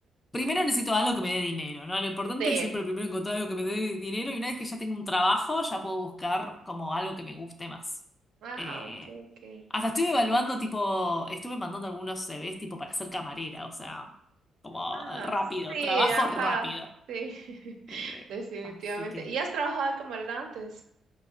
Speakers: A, on the left; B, on the right.
A: Primero necesito algo que me dé dinero, ¿no? Lo importante
B: Sí.
A: es siempre primero encontrar algo que me dé dinero y una vez que ya tengo un trabajo, ya puedo buscar como algo que me guste más.
B: Ah,
A: Eh,
B: ok, ok.
A: hasta estoy evaluando, tipo, estuve mandando algunos CVs tipo para ser camarera, o sea, como
B: Ah,
A: rápido,
B: sí,
A: trabajo
B: ajá,
A: rápido.
B: sí, <laughs>
A: Eh,
B: definitivamente.
A: así que...
B: ¿Y has trabajado de camarera antes?